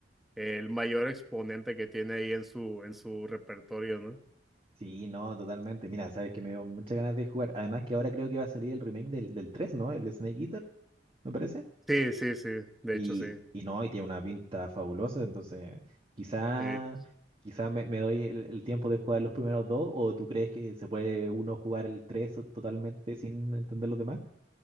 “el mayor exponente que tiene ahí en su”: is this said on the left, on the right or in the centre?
Centre